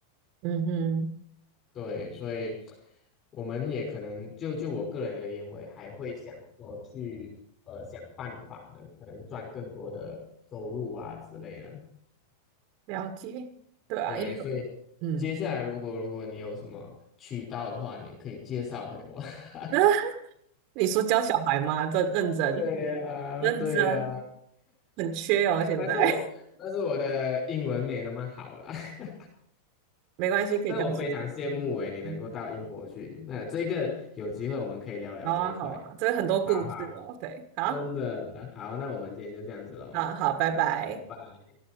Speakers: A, on the right; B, on the left.
A: 嗯哼，
B: 对，所以我们也可能就就我个人而言，我也还会想说去呃想办法呢，可能赚更多的收入啊之类的。
A: 了解，对啊，
B: 对，
A: 因为
B: 所以
A: 嗯，
B: 接下来如果如果你有什么渠道的话，你也可以介绍给我。<laughs>
A: <laughs> 你说教小孩吗？认认真
B: 对呀，
A: 认真，
B: 对呀，
A: 很缺哦，现在
B: 但是我但是我的英文没那么好啦，<laughs>
A: <laughs> 没关系，可以教起来。
B: 但是我非常羡慕诶，你能够到英国去。
A: 嗯，
B: 那这个有机会我们可以聊聊这一块。
A: 好啊，好啊，这很多故事哦，
B: 好好，
A: 对，好，
B: 真的好，那我们今天就这样子喽。
A: 好啊，拜拜。
B: 好，拜拜。